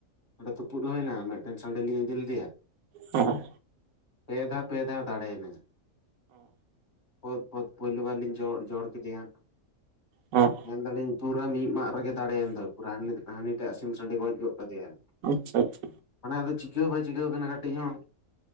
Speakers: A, on the left; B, on the right.
A: ᱚᱸᱰᱮ ᱛᱩᱯᱩᱫ ᱢᱟ ᱦᱮᱱᱟᱜᱼᱟ ᱢᱤᱫᱴᱮᱱ ᱥᱟᱺᱰᱤ ᱞᱤᱧ ᱤᱫᱤ ᱞᱮᱫᱮᱭᱟ᱾
B: ᱦᱚᱸ
A: ᱯᱮ ᱫᱷᱟᱣ ᱯᱮ ᱫᱷᱟᱣ ᱫᱟᱲᱮ ᱮᱱᱟᱭ᱾ ᱯᱳᱫ ᱯᱳᱫ ᱯᱳᱭᱞᱩ ᱵᱟᱨ ᱞᱤᱧ ᱡᱚ ᱡᱚᱲ ᱠᱮᱫᱮᱭᱟ᱾
B: ᱦᱚᱸ
A: ᱧᱮᱞ ᱫᱟᱞᱟ ᱞᱤᱧ ᱯᱩᱨᱟᱹ ᱢᱤᱜ ᱢᱟᱜ ᱨᱮ ᱜᱮ ᱫᱟᱲᱮ ᱮᱱ ᱫᱚᱭ ᱯᱩᱨᱟᱹ ᱦᱟᱹᱱᱤ ᱴᱟᱜ ᱥᱤᱢ ᱥᱟᱺᱰᱤ ᱜᱚᱡ ᱜᱚᱫ ᱠᱟᱫᱮᱭᱟᱭ
B: ᱪᱷᱟ ᱪᱷᱟ
A: ᱢᱟᱱᱮ ᱟᱫᱚ ᱪᱤᱠᱟᱹ ᱦᱚᱸ ᱵᱟᱭ ᱪᱤᱠᱟᱹᱣ ᱟᱠᱟᱱᱟ ᱠᱟᱹᱴᱤᱡ ᱦᱚᱸ᱾